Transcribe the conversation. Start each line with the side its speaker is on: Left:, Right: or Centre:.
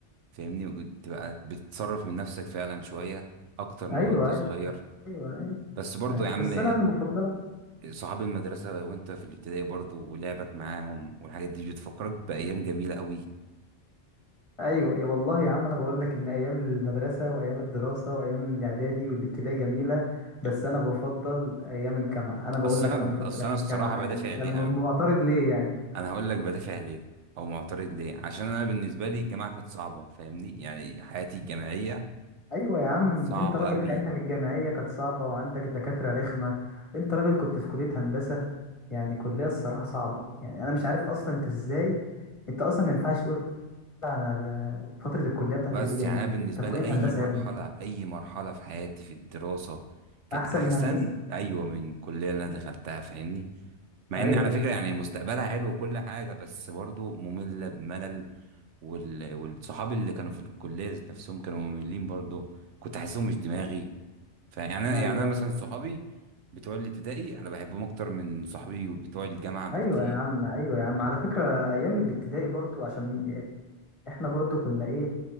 Right: فاهمني وتبقى بتتصرف من نفسك فعلا شوية أكتر من
Left: أيوه
Right: وانت
Left: أيوه
Right: صغير
Left: أيوه
Right: بس برضو
Left: أيوه
Right: يا عم
Left: بس أنا مفضلة
Right: صحاب المدرسة وانت في الابتدائي برضو ولعبك معاهم والحاجات دي بتفكرك بأيام جميلة قوي
Left: أيوه يا والله يا عم أنا بقول لك إن أيام المدرسة وأيام الدراسة وأيام الإعدادي والابتدائي جميلة بس أنا بفضل أيام الجامعة أنا بقول
Right: أصل
Left: لك
Right: أنا
Left: أنا بفضل
Right: أصل
Left: أيام
Right: أنا الصراحة
Left: الجامعة
Right: بدافع
Left: يعني أنت
Right: ليه
Left: معترض
Right: أنا,
Left: ليه يعني
Right: أنا هقول لك بدافع ليه أو معترض ليه عشان أنا بالنسبة لي الجامعة كانت صعبة فاهمني يعني حياتي الجامعية
Left: ايوه يا عم
Right: كانت صعبة
Left: انت راجل
Right: قوي
Left: حياتك الجامعيه كانت صعبه وعندك دكاتره رخمه انت راجل كنت في كليه هندسه يعني كليه الصراحه صعبه يعني انا مش عارف اصلا انت ازاي انت اصلا ما ينفعش تقول على فتره الكليه بتاعتك
Right: بس
Left: دي جميله
Right: يعني انا بالنسبه
Left: انت في كليه
Right: لي اي
Left: هندسه
Right: مرحله
Left: يا ابني
Right: اي مرحله في حياتي في الدراسه كانت
Left: احسن
Right: احسن
Left: من هندسه
Right: ايوه من الكليه اللي انا دخلتها فاهمني مع
Left: ايوه
Right: ان على
Left: ايوه
Right: فكره يعني مستقبلها حلو وكل حاجه بس برضو ممله بملل وال... والصحاب اللي كانوا في الكليه ذات نفسهم كانوا مملين برضو كنت احسهم مش دماغي فيعني انا
Left: ايوه
Right: يعني انا مثلا صحابي بتوع الابتدائي انا بحبهم اكتر من صحابي وبتوع الجامعه بكتير
Left: ايوه يا عم ايوه يا عم على فكره ايام الابتدائي برضو عشان احنا برضو كنا ايه